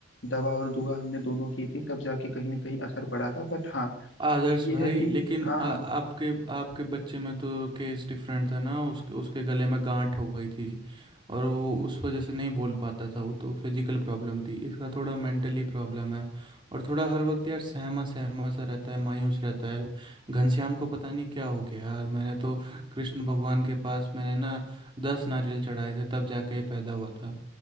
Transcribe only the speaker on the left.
दवा और दुआ हमने दोनों की थी तब जाके कहीं ना कहीं असर पड़ा था बट हाँ
ये
है कि
हाँ
हाँ